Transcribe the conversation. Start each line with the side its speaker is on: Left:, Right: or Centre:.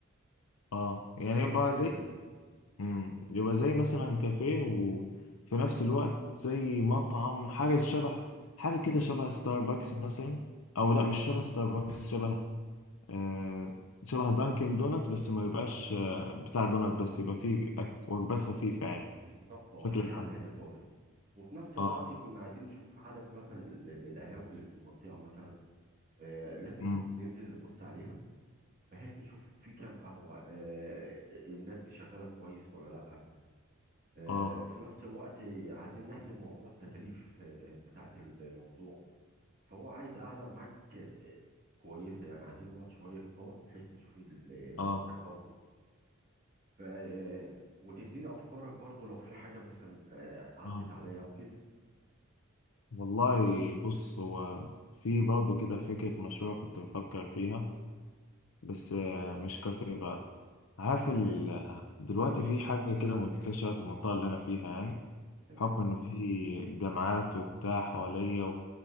Left: اه يعني
Right: يعني
Left: يبقى
Right: حاجة
Left: زي
Right: خفيفة
Left: امم يبقى زي مثلا كافيه وفي نفس الوقت زي مطعم حاجة شبه حاجة كده شبه ستاربكس مثلا أو لا مش شبه ستاربكس شبه آه شبه دانكن دونت بس ما يبقاش آه بتاع دونت بس يبقى فيه أك- وجبات خفيفة يعني
Right: بالظبط اه
Left: بشكل
Right: حاجة على
Left: عام
Right: الهادي خالص وفي نفس الوقت
Left: اه
Right: كنا عايزين نشوف عدد مثلا ال- ال- القهاوي اللي في المنطقة مثلا آه لازم
Left: امم
Right: نب- ننزل نبص عليها بحيث نشوف في كام قهوة آه آه، الناس دي شغالة كويس ولا لأ آه
Left: اه
Right: في نفس الوقت عايزين نحسب موضوع التكاليف آه بتاعة الموضوع فهو عايز قاعدة معاك آه، كويسة يعني عايزين نقعد شوية كتار بحيث نشوف ال- الموقع
Left: اه
Right: برضو ف آه، وتديني أفكارك برضو لو في حاجة مثلا آه، عدت
Left: اه
Right: عليا أو كده
Left: والله بص هو في برضه كده فكرة مشروع كنت بفكر فيها بس آه مش كافيه بقى عارف
Right: تمام
Left: ال... دلوقتي في حاجة كده منتشرة في المنطقة اللي أنا فيها يعني
Right: تمام
Left: بحكم إنه في جامعات وبتاع حواليا